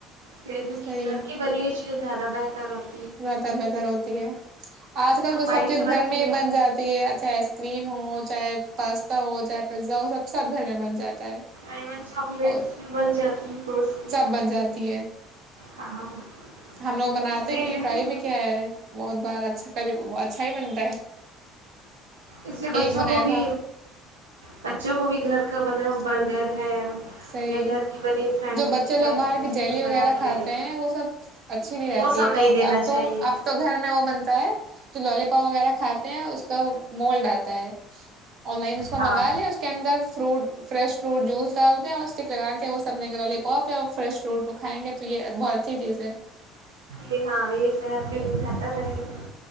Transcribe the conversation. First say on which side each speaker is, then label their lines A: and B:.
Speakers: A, on the right; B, on the right.
A: کہ جو
B: صحیح
A: کہ گھر کی بنی ہوئی چیز زیادہ بہتر ہوتا
B: زیادہ تر بہتر ہوتی ہے آج کل
A: صفائی
B: تو سب چیز
A: سے
B: گھر
A: بنتی
B: میں ہی
A: ہے
B: بن جاتی ہے اچھا آئس کریم ہو چاہے پاستا ہو پزا وہ سب سب گھر میں بن جاتا ہے
A: ایون چاکلیٹس
B: اور
A: بھی بن جاتی ہے فروٹس کی
B: سب بن جاتی ہے
A: ہاں
B: ہم لوگ
A: اس
B: بناتے
A: سے
B: م
A: جو ہے
B: کیا ہے بہت بار اچھا کھی اچھا ہی بنتا ہے
A: اس لیے
B: کیک
A: بچوں
B: بنایا
A: کو بھی
B: تھا
A: بچوں کو بھی گھر کا بنا
B: صحیح
A: برگر ہے
B: صحیح
A: یا گھر کی بنی سینڈوچ
B: جو بچے
A: ہے
B: لوگ باہر کی
A: اسے
B: جیلی
A: بھی بنا
B: وغیرہ
A: کے
B: کھاتے
A: دے دیں
B: ہیں وہ سب اچھی نہیں رہتی
A: وہ سب
B: ہے
A: نہیں
B: تو ا
A: دینا
B: آپ تو
A: چاہیے
B: آپ تو گھر میں وہ بنتا ہے جو لوال پاپ وغیرہ کھاتے ہیں اس کا مولڈ آتا ہے آن لائن اس کو
A: ہاں
B: منگا لیا اس کے اندر فروٹ فریش فروٹ جوس ڈال دیں اور اسٹک لگا کے وہ سم لیں گے لوی پاپ یا فریش فروٹ وہ کائیں گے تو یہ بہت اچھی چیز ہے
A: یہ ہاں یہ صحت کے لیے بہتر رہے گی